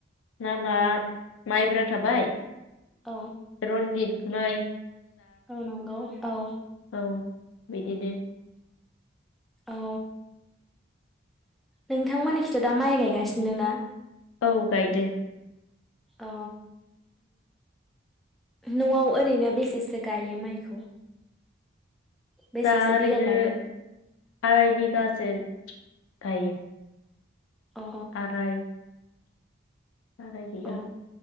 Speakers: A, on the left; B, in the centre.
A: नामआ माइब्रा थाबाय।
B: औ
A: रन्जित बुनाय
B: औ नंगौ। औ
A: औ बिदिनो
B: औ नोंथांमोननिखिथ दा माइ गायगासिनो ना?
A: औ गायदो।
B: अ नआव ओरैनो बेसेसो गायो माइखौ? बेसेसो
A: दा ओरैनो
B: बिगा गायो
A: आराय बिगासो गायो।
B: अ
A: आराय आराय बिगा।
B: अ